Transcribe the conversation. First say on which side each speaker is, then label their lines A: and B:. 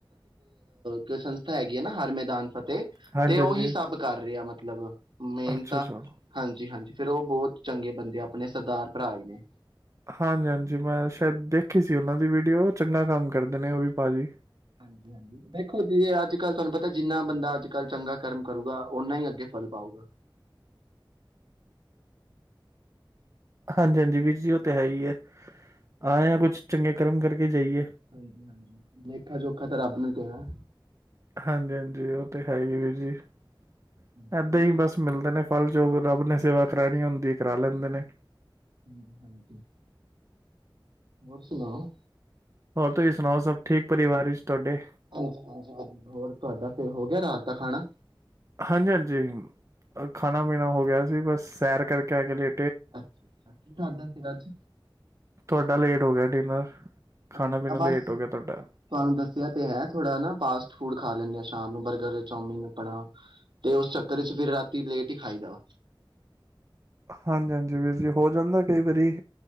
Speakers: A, on the right; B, on the right.
A: ਕੋਈ ਸੰਸਥਾ ਹੈਗੀ ਹੈ ਨਾ ਹਰ ਮੈਦਾਨ ਫਤਿਹ
B: ਹਾਂਜੀ
A: ਤੇ ਉਹੀ
B: ਹਾਂਜੀ
A: ਸਭ ਕਰ ਰਿਹਾ ਆ ਮਤਲਬ ਮਤਲਬ ਮੇਨ
B: ਅੱਛਾ
A: ਤਾਂ
B: ਅੱਛਾ
A: ਹਾਂਜੀ ਹਾਂਜੀ। ਫੇਰ ਉਹ ਬਹੁਤ ਚੰਗੇ ਬੰਦੇ ਆ ਆਪਣੇ ਸਰਦਾਰ ਭਰਾ ਹੀ ਨੇ।
B: ਹਾਂਜੀ-ਹਾਂਜੀ ਮੈਂ ਸ਼ਾਇਦ ਦੇਖੀ ਸੀ ਉਹਨਾਂ ਦੀ ਵੀਡੀਓ, ਚੰਗਾ ਕੰਮ ਕਰਦੇ ਨੇ ਉਹ ਵੀ ਭਾਜੀ।
A: ਹਾਂਜੀ-ਹਾਂਜੀ ਦੇਖੋ ਜੀ ਅੱਜ ਕੱਲ੍ਹ ਤੁਹਾਨੂੰ ਪਤਾ, ਜਿੰਨਾ ਬੰਦਾ ਅੱਜ ਕੱਲ੍ਹ ਚੰਗਾ ਕਰਮ ਕਰੂਗਾ, ਓਨਾ ਹੀ ਅੱਗੇ ਫਲ ਪਾਊਗਾ।
B: ਹਾਂਜੀ-ਹਾਂਜੀ ਵੀਰ ਜੀ, ਉਹ ਤਾਂ ਹੈ ਹੀ ਹੈ। ਆਏ ਹ ਕੁੱਛ ਚੰਗੇ ਕਰਮ ਕਰਕੇ। ਜਾਈਏ।
A: ਹਾਂਜੀ-ਹਾਂਜੀ, ਲੇਖਾ- ਜੋਖਾ ਤਾਂ ਰੱਬ ਨੂੰ ਪਣਾ।
B: ਹਾਂਜੀ-ਹਾਂਜੀ, ਉਹ ਤੇ ਹੈ ਹੀ ਵੀਰ ਜੀ। ਇਏਦਾਂ
A: ਹਾਂਜੀ ਹੋਰ
B: ਹੀ ਬਸ ਮਿਲਦੇ ਨੇ। ਫਲ ਜੋੋਗ, ਰੱਬ ਨੇ ਸੇਵਾ ਕਰਾਣੀ ਹੁੰਦੀ ਹੈ, ਕਰਾ ਲੈਂਦੇ ਨੇ‌।
A: ਹਮ, ਹਾਂਜੀ। ਹੋਰ ਸੁਣਾਓ?
B: ਹੋਰ ਤੁਸੀਂ ਸੁਣਾਓ? ਸਭ ਠੀਕ ਪਰਿਵਾਰ ਵਿੱਚ ਤੁਹਾਡੇ।
A: ਹਾਂਜੀ-ਹਾਂਜੀ, ਵਧੀਆ ਹੋਰ ਤੁਹਾਡਾ ਫਿਰ ਹੋ ਗਿਆ ਰਾਤ ਦਾ ਖਾਣਾ।
B: ਹਾਂਜੀ- ਹਾਂਜੀ, ਖਾਣਾ- ਪੀਣਾ ਹੋ ਗਿਆ ਸੀ ਬਸ ਸੈਰ ਕਰਕੇ ਆ ਕੇ ਲੇ
A: ਅੱਛਾ-ਅੱਛਾ ਕੀ ਖਾਂਦਾ, ਫਿਰ ਅੱਜ?
B: ਤੁਹਾਡਾ ਲੇਟ ਹੋ ਗਿਆ, ਡਿਨਰ। ਖਾਣਾ
A: ਹਾਂਜੀ,
B: ਪੀਣਾ
A: ਬਸ
B: ਲੇਟ
A: ਤੁਹਾਨੂੰ
B: ਹੋ ਗਿਆ ਤੁਹਾਡਾ।
A: ਦੱਸਿਆ ਤੇ ਹੈ ਥੋੜ੍ਹਾ ਨਾ। ਫਾਸਟ ਫੂਡ ਖਾ ਲੈਂਦੇ ਹਾਂ, ਸ਼ਾਮ ਬਰਗਰ, ਚੌਮੀਨ, ਆਪਣਾ। ਤੇ ਉਸ ਚੱਕਰ 'ਚ ਫਿਰ ਰਾਤੀ ਲੇਟ ਹੀ ਖਾਈ ਦਾ ਵਾ।
B: ਹਾਂਜੀ ਹਾਂਜੀ ਵੀਰ ਜੀ ਹੋ ਜਾਂਦਾ ਕਈ ਵਾਰੀ,